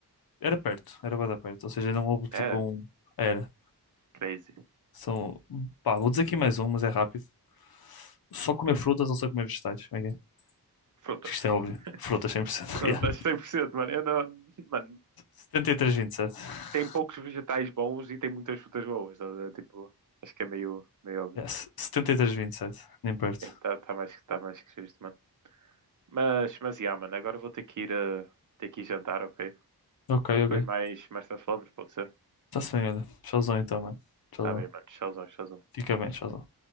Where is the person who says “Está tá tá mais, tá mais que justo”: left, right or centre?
Right